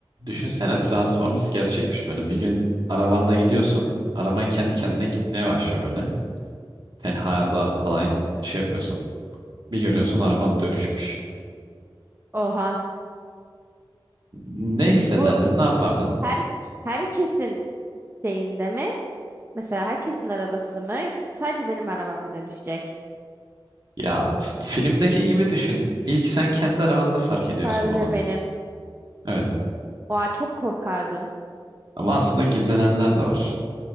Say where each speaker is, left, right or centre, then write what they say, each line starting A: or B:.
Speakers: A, on the right; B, on the right.
A: Düşünsene Transformers gerçekmiş böyle. Bir gün arabanda gidiyorsun. Araban kendi kendine gitmeye başlıyor böyle. Tenhada falan şey yapıyorsun. Bir görüyorsun araban dönüşmüş.
B: Oha.
A: Ne hissederdin,
B: Bu
A: ne yapardın?
B: her herkesin şeyinde mi? Mesela herkesin arabası mı? Yoksa sadece benim arabam mı dönüşecek?
A: Ya f- filmdeki gibi düşün. İlk sen kendi arabanda fark ediyorsun
B: Sadece
A: bunu.
B: benim.
A: Evet.
B: Oha çok korkardım.
A: Ama aslında gizlenenler de var.